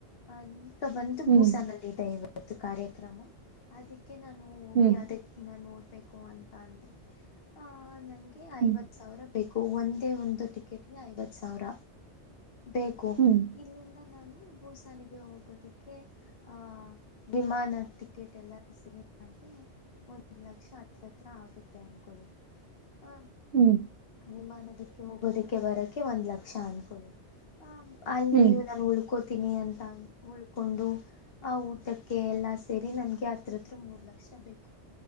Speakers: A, on the left; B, on the right.
A: ಆ ಈ ಈಗ ಬಂದು
B: ಹ್ಮ್,
A: ಬೂಸಾನಲ್ಲಿದೆ ಇವ ಇತ್ತು ಕಾರ್ಯಕ್ರಮ ಅದಕ್ಕೆ ಅಕೆ ನಾನು ಹೋಗಿ
B: ಹ್ಮ್,
A: ಅದಕ್ಕೆ ನಾು ನೋಡ್ ಅಂತ ಅಂದ್ರೆ ಆ ನನ್
B: ಹ್ಮ್,
A: ಐವತ್ ಸಾವಿರ ಬೇಕು ಒಂದೇ ಒಂದು ಟಿಕೆಟ್ಗೆ ಐವತ್ತು ಸಾವಿರ ಬೇಕು
B: ಹ್ಮ್,
A: ಇಲ್ಲಿಂದ ನಾನು ಭೂಸಾನಿಗೆ ಹೋಗೋದಕ್ಕೆ ಆಹ ವಿಮಾನ ಟಿಕೆಟ್ ಎಲ್ಲ ಸರಿ ನನಗೆ ಒಂದುಲಕ್ಷ ಹತ್ತು ಹತ್ರತ್ರ ಆಗುತ್ತೆ ಅನ್ಕೊಳ್ಳಿ ಹಾ
B: ಹ್ಮ್,
A: ವಿಮಾನದದ ಹೋಗೋದಕ್ಕೆ ಬರಕ್ಕೆೆ ಒಂದ್ ಲಕ್ಷ ಅನ್ಕೊಳ್ಳಿ ಹ ಅಲ್ಲಿ
B: ಹ್ಮ್.
A: ನಾನು ಉಳ್ಕೋತೀನಿ ಅಂತ ಉಳ್ಕೊಂಡು ಆ ಊಟಕ್ಕೆ ಎಲ್ಲಾ ಸೇರಿ ನನ್ಗೆ ಹತ್ರತ್ರ ಮೂರ್ ಲಕ್ಷ ಬೇಕು